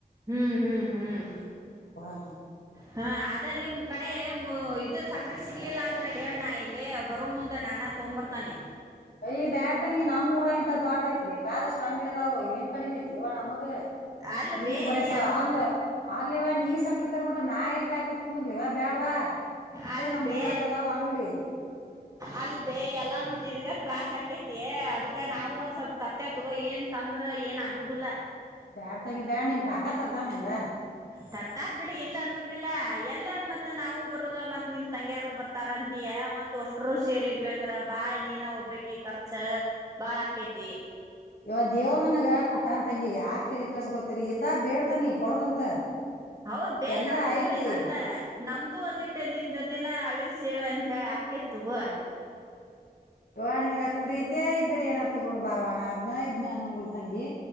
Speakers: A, on the right; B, on the left.
A: ಹ್ಮ್ ಹ್ಮ್ ಹ್ಮ್
B: <unintelligible>
A: ಹಾ ಆದೆ ನಿಮ್ ಕಡೆ ಇದು ಸಕ್ಕ್ರೆ ಸಿಗ್ಲಿಲ್ಲ ಅಂದ್ರೆ ಹೇಳ್ ನಾ ಇಲ್ಲಿ ಬರೋ ಮುಂದೆ ನಾನ ತೊಂಬರ್ತ್ತನೆ
B: ಅಯ್ ಬ್ಯಾಡ್ ತಂಗಿ ನಮ್ ಊರ ಇಂತ ದೋಡ್ಡ್ದಐತ್ ಬೇಕಾದಷ್ಟ್ ಅಂಗಡಿದಾವು ಏನ್ ಕಡಿಮೆತೆ ಅವ ನಮಗ
A: ಅಲ್
B: ನೀ
A: ಬೇ
B: ಬರಸ
A: ಎಲ್ಲ
B: ಆರ್ಲ ಆರ್ಲಿ ಇವ ನೀ ಸಕ್ರತಿವರ್ಬಿಟ ನಾ ಎಲ್ಲಿ ಕಾಯಕೋತ್ ಕುಂದ್ರರ್ಲಿವಾ ಬ್ಯಾಡವಾ ಇದೇ
A: ಅಲ್
B: ನಮ್
A: ಬೇ
B: ಊರಾಗದಾವ ಅಂಗಡಿ
A: ಅಲ್ ಬೇ ಎಲ್ಲಾನು ನಿಡ್ಗತ್ ತ್ರಾಸ್ ಆಕೇತಿ ಅದಕ ನಾವು ಒಂದ್ ಸ್ವಲ್ಪ ತರ್ತವ ತಗೋ ಏನ್ ತಂದ್ರ ಏನ್ ಆಗುದಿಲ್ಲಾ
B: ಬ್ಯಾಡ್ ತಂಗಿ ಬ್ಯಾಡ್ ನಿಮ್ ಕಾಕಾ ತರ್ತಾನೆಲ್ಲ
A: ತರ್ತಾರ್ ಬಿಡಿ ಇಲ್ಲ ಅನಂಗಿಲ್ಲ ಎಲ್ಲ ಮತ್ತೆ ಮತ್ತ ನಾವು ಬರದ ಮತ್ ನಿಮ್ ತಂಗ್ಯಾರರು ಬರ್ತಾರಂತ ಅಂತೀಯಾ ಮತ್ ಅಷ್ಟರು ಸೇರಿದ್ವಿ ಅಂದ್ರ ಬಾಳ್ ನೀನ ಬೇಕಿ ಖರ್ಚ ಬಾಳಕೆತಿ
B: ಇವ ದೇವ್ರ ನನಗ ಕೊಟ್ಟಾನ್ತಂಗಿ ಆಕ್ ತಲಿಕೆಡುಸ್ಕೊತೀರಿ ಇಲ್ದ ಬೇಡ್ತಾನಿ ಕೊಡ್ರಂತ
A: ಹೌದ್
B: ಈಗೆಲ್ಲಾ
A: ಬೇ ನಮ್ದು
B: ಐತಿ
A: ಅಲ್ಲ ನಮ್ದು ಒಂದಿಟ್ಟ ನಿಮ ಜೊತೆನ ಅಳಿಲ್ ಸೇವೆ ಅಂತ ಹೇಳಿ ಆಕೆತಗೋ
B: ಅವ್ವ ನಿನ್ಗ ಅಷ್ಟ್ ಪ್ರೀತ ಇದ್ರ ಏನಾರು ತಗೊಂಡ್ ಬಾರ್ವ ನಾ ಅದ್ನ ಇದ್ನ ಅನಂಗಿಲ್ ತಂಗಿ